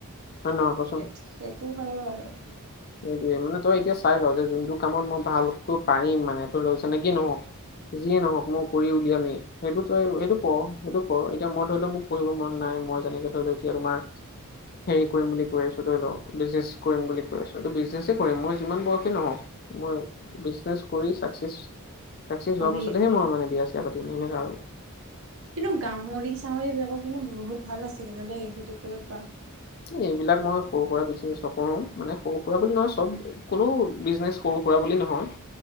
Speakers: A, on the left; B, on the right.
A: হয় নহয় কচোন?
B: সেই সেইটো হয় বাৰু
A: সেইটোৱে মানে তই এতিয়া চাই ল যে যোনটো কামত মই ভালকৈ পাৰিম মানে ত ল যেনেকিয় নহওক <unintelligible> যিয়ে নহক মই কৰি উলিয়ামেই সেইটো তই সেইটো ক সেইটো কৰ এতিয়া মই ধৰি লও মোক পঢ়িব মন নাই <unintelligible> মই যেনেকে তোমাৰ হেৰি কৰিম বুলি কৈ আছো ধৰি ল বিজনেছ কৰিম বুলি <unintelligible> বিজনেছ কৰিম মই যিমান বয়সে নহওক মই বিজনেছ কৰি চাকছেচ <unintelligible> চাকচেছ
B: হবিয়ে।
A: হোৱাৰ পাছতেহে মই মানে বিয়া চিয়া পাতিম সেনেকা আৰু <unintelligible>
B: কিন্তু গাহৰি চাহৰিবিলাকৰ কিন্তু বহুত ভাল আছে কিন্তু দেই সেইটো কৈব পা <unintelligible>
A: এইবিলাক মই সৰু সুৰা বিজনেছ নকৰো মানে সৰু সুৰা বুলি নহয় চব কোনো বিজনেচ সৰু ৰা বুলি নহয়